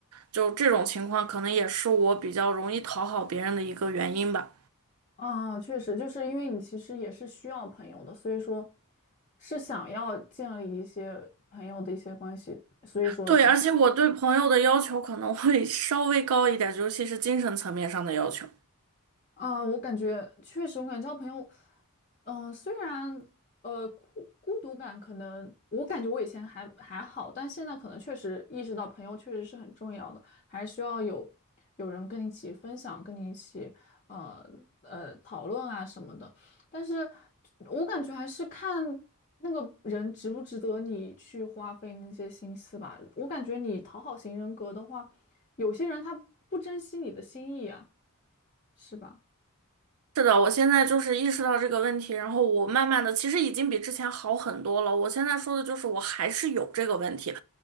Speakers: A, on the right; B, on the left.
A: 就这种情况可能也是我比较容易讨好别人的一个原因吧。
B: 啊，确实，就是因为你其实也是需要朋友的，所以说是想要建立一些朋友的一些关系，所以说才
A: 对，而且我对朋友的要求可能会稍微高一点，尤其是精神层面上的要求。
B: 啊，我感觉确实，我感觉交朋友，嗯、虽然呃孤孤独感可能，我感觉我以前还还好，但现在可能确实意识到朋友确实是很重要的，还需要有有人跟你一起分享，跟你一起呃呃讨论啊什么的。但是我感觉还是看那个人值不值得你去花费那些心思吧。我感觉你讨好型人格的话，有些人他不珍惜你的心意啊，是吧？
A: 是的，我现在就是意识到这个问题，然后我慢慢的，其实已经比之前好很多了。我现在说的就是我还是有这个问题，